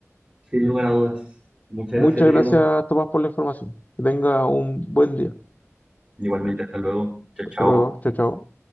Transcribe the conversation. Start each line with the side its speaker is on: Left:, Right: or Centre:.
Right: Sin lugar a dudas. Muchas
Left: Muchas
Right: gracias, Diego.
Left: gracias, Tomás, por la información. Que tengas un buen día.
Right: Igualmente, hasta luego. Chao,
Left: Hasta
Right: chao.
Left: luego. Chao, chao.